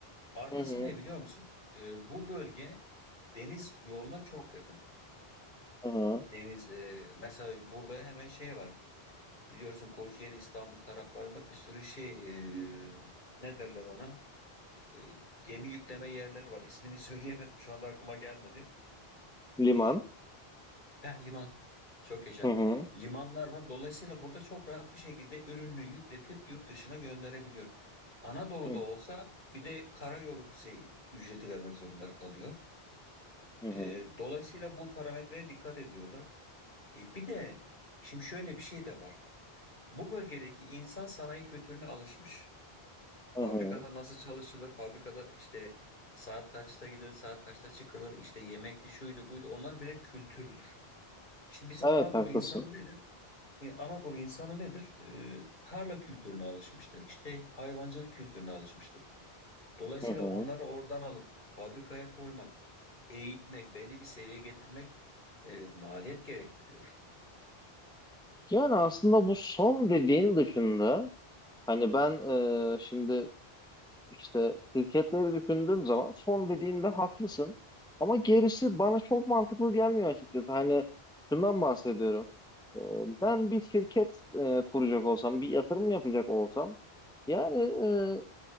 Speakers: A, on the left (about 50°); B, in the centre.
A: Artısı
B: Hı hı.
A: ne biliyor musun? Ee, bu bölge deniz yoluna çok yakın.
B: Hı hı.
A: Deniz e, mesela burada hemen şey var. Biliyorsun Kocaeli İstanbul taraflarında bir sürü şey e, ne derler ona? E, gemi yükleme yerleri var. İsmini <laughs> söyleyemedim şu anda aklıma gelmedi.
B: Liman.
A: E, Heh, liman. Çok yaşa.
B: Hı hı.
A: Limanlar var. Dolayısıyla burada çok rahat bir şekilde ürününü yükletip yurt dışına gönderebiliyor. Anadolu'da
B: Hı
A: olsa bir de karayolu şey, ücreti vermek zorunda kalıyor.
B: hı.
A: Ee, dolayısıyla bu parametreye dikkat ediyorlar. E, bir de şimdi şöyle bir şey de var. Bu bölgedeki insan sanayi kültürüne alışmış.
B: Hı
A: Fabrikada
B: hı.
A: nasıl çalışılır? Fabrikada işte saat kaçta gider, saat kaçta çıkılır? işte yemekti, şuydu, buydu. Onlar birer kültürdür. Şimdi bizim
B: Evet
A: Anadolu
B: haklısın.
A: insanı nedir? E, Anadolu insanı nedir? E, tarla kültürüne alışmıştır. İşte hayvancılık kültürüne alışmıştır. Dolayısıyla
B: Hı hı.
A: onları oradan alıp fabrikaya koymak, eğitmek, belli bir seviyeye getirmek e, maliyet gerektiriyor.
B: Yani aslında bu son dediğin dışında hani ben e, şimdi işte şirketleri düşündüğüm zaman son dediğinde haklısın. Ama gerisi bana çok mantıklı gelmiyor açıkçası. Hani şundan bahsediyorum. E, ben bir şirket e, kuracak olsam, bir yatırım yapacak olsam yani e,